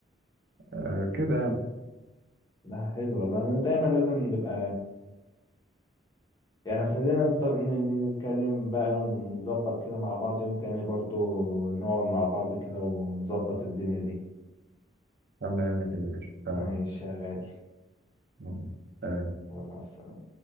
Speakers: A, on the right (about 60°); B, on the left (about 20°).
A: آه كده يعني
B: لا حلو والله أنا دايما لازم نبقى يعني خلينا نطب... ن- ن- نتكلم بقى ونظبط كده مع بعض يوم تاني برضو نقعد مع بعض كده ونظبط الدنيا دي
A: تمام يا كبير تمام
B: ماشي يا غالي
A: يلا، سلام
B: وانا أصلاً